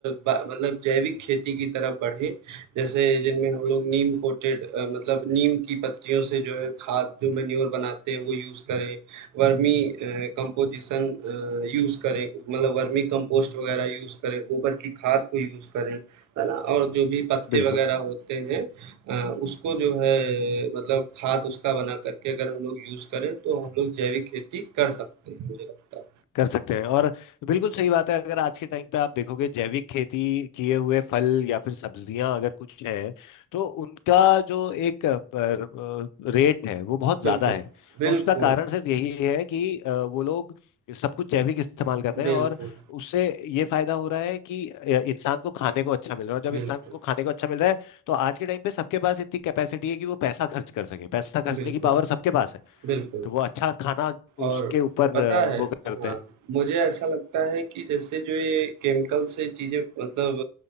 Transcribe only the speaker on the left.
बिल्कुल
कर सकते हैं और बिल्कुल सही बात है अगर आज के टाइम पे आप देखोगे जैविक खेती किए हुए फल या फिर सब्जियां अगर कुछ हैं तो उनका जो एक अ, पर, अ, रेट है वो बहुत ज्यादा
है
और उसका कारण सिर्फ यही है कि अ, वो लोग सब कुछ जैविक इस्तेमाल कर रहे हैं
और उससे ये फायदा हो रहा है कि अ, इंसान को खाने को अच्छा मिल रहा है और जब
इंसान को खाने को अच्छा मिल रहा है तो आज के टाइम पे सबके पास इतनी कैपेसिटी है कि वो पैसा खर्च कर सके पैसा खर्चने
की पावर सबके पास है
तो वो अच्छा खाना उसके
ऊपर
अ,
वो करते
हैं